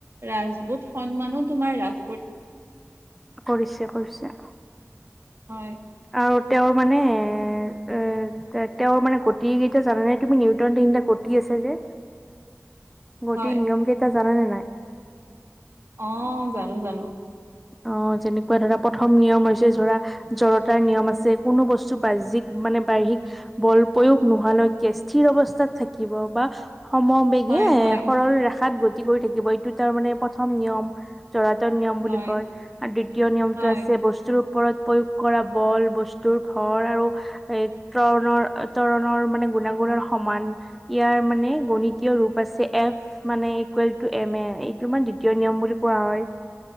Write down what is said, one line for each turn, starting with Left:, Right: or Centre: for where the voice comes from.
Right: ৰাজপুত সন্মানো তোমাৰ ৰাজ
Centre: কৰিছে কৰিছে।
Right: হয়।
Centre: আৰু তেওঁৰ মানে এ, এ তেওঁৰ মানে কতিকেইটা জান নাই তুমি নিউটন কতি আছে যে। গোটেই
Right: হয়
Centre: নিয়মকেইটা জানানে নাই?
Right: অ' জানো জানো।
Centre: অ' যেনেকুৱা ধৰা প্ৰথম নিয়ম হৈছে ধৰা জৰতাৰ নিয়ম আছে, কোনো বস্তু বাহ্যিক মানে বাইহিক বল প্ৰয়োগ নোহালৈকে স্থিৰ অৱস্থাত থাকিব বা সমবেগে
Right: হয়, হয়,
Centre: সৰল ৰেখাত গতি কৰি থাকিব এইটো তাৰ মানে প্ৰথম নিয়ম। চৰাতৰ নিয়ম
Right: হয়,
Centre: বুলি কয় আৰু দ্বিতীয় নিয়মটো
Right: হয়,
Centre: আছে বস্তুৰ। ওপৰত প্ৰয়োগ কৰা বল, বস্তুৰ ভৰ আৰু এ, তৰণৰ তৰণৰ মানে গুণাগুণৰ সমান ইয়াৰ মানে গণিতীয় ৰূপ আছে এফ মানে ইকুৱেল টু এম এ এইটো মানে দ্বিতীয় নিয়ম বুলি কোৱা হয়।